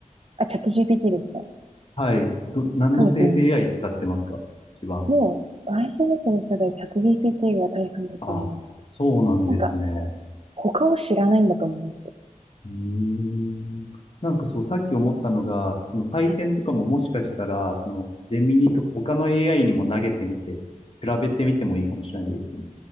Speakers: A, on the right; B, on the left.
A: あ、チャット GPT ですね。
B: はい。ど、何の生成
A: そうですね。
B: AI 使ってますか一番。
A: もう、i p の世代チャット GPT が大半だと思う。
B: あ、そうなんですね。
A: なんか、他を知らないんだと思います
B: うーん。なんかそう、さっき思ったのが、その採点とかももしかしたら、
A: はい。
B: その、ジェミニとか他の AI にも投げてみて、比べてみてもいいかもしれないですよね。